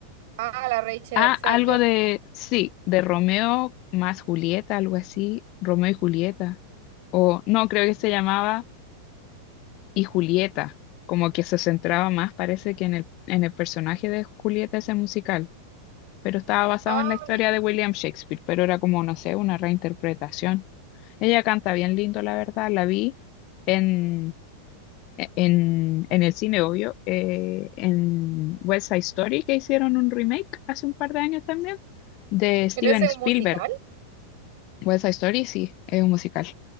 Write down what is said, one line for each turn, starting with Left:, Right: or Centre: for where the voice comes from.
Right: Ah, la Rachel
Left: Ah,
Right: Zegler.
Left: algo de, sí, de Romeo más Julieta, algo así, Romeo y Julieta. O no, creo que se llamaba y Julieta, como que se centraba más, parece que en el, en el personaje de Julieta ese musical, pero estaba basado
Right: Ah,
Left: en la historia
Right: mi-
Left: de William Shakespeare, pero era como, no sé, una reinterpretación. Ella canta bien lindo, la verdad, la vi en, e, en, en el cine, obvio, eh, en West Side Story, que hicieron un remake hace un par de años también, de Steven
Right: pero ese
Left: Spielberg.
Right: es un musical.
Left: West Side Story, sí, es un musical.